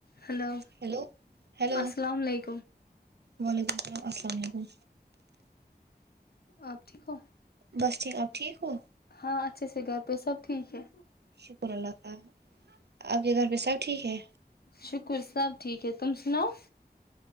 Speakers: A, on the left (about 70°); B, on the right (about 85°).
A: hello
B: hello hello
A: السلام علیکم
B: وعلیکم السلام السلام علیکم
A: آپ ٹھیک ہو
B: بس ٹھیک ا ٹھیک ہو
A: ہاں اچھے سے گھر پہ سب ٹھیک ہے
B: شکر اللہ تال آپ کے گھر پہ سب ٹھیک ہے
A: شکر صاب ٹھیک ہے تم سناؤ